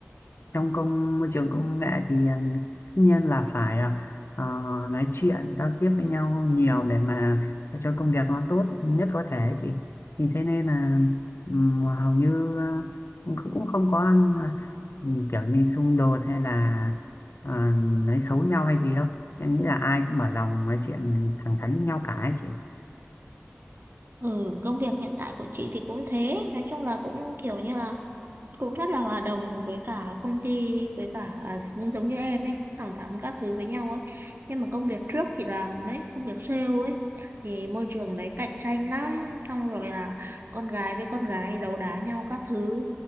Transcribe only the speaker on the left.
trong công môi trường công nghệ thì à, tất nhiên là phải à, ờ, nói chuyện giao tiếp với nhau nhiều để mà cho công việc nó tốt nhất có thể chị thì thế nên là ừm, hầu như à, cũng cũng không có à, ừ, kiểu như xung đột hay là à, nói xấu nhau hay gì đâu em nghĩ là ai cũng mở lòng nói chuyện thẳng thắn với nhau cả ấy chị